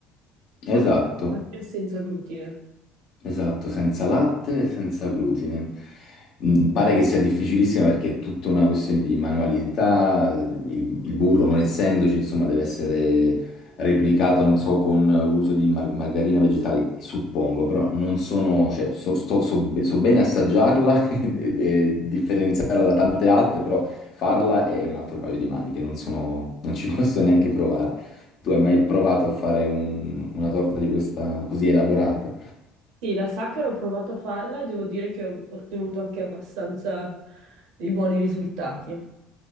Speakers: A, on the right; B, on the left.
A: come
B: Esatto.
A: la Sacher senza glutine.
B: Esatto, senza latte e senza glutine. Mm, Pare che sia difficilissima perché è tutta una questione di manualità, il, il burro non essendoci, insomma, deve essere replicato, non so, con l'uso di mar- margarina vegetale, suppongo, però non sono, cioè, so, sto- so be- so bene assaggiarla <laughs> e, e differenziarla da tante altre, però farla è un altro paio di maniche, non sono, non ci <laughs> posso neanche provare. Tu hai mai provato a fare un- una torta di questa così elaborata?
A: Sì, la sacca ho provato a farla e devo dire che ho ottenuto anche abbastanza dei buoni risultati.